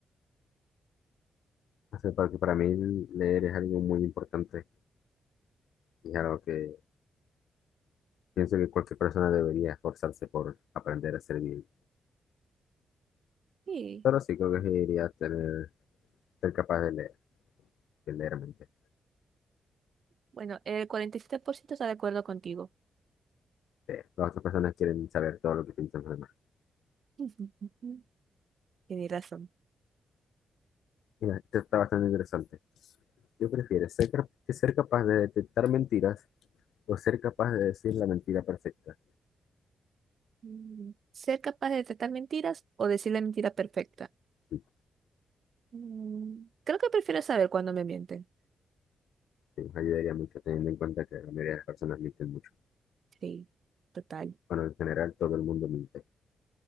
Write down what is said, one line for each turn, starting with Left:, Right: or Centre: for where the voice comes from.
Left: O sea, porque para mí leer es algo muy importante Claro que pienso que cualquier persona debería esforzarse por aprender a ser bien,
Right: Sí.
Left: pero sí creo que sí debería tener, ser capaz de leer, de leer mente.
Right: Bueno, el 47% está de acuerdo contigo.
Left: Eh, las otras personas quieren saber todo lo que piensan los demás.
Right: <laughs> Tienes razón.
Left: Mira, esto está bastante interesante. Yo prefiero ser, cap- que ser capaz de detectar mentiras o ser capaz de decir la mentira perfecta.
Right: Mm, ¿Ser capaz de detectar mentiras o decir la mentira perfecta?
Left: Sí,
Right: Mm, Creo que prefiero saber cuándo me mienten.
Left: sí, nos ayudaría mucho teniendo en cuenta que la mayoría de las personas mienten mucho.
Right: Sí, total.
Left: Bueno, en general todo el mundo miente.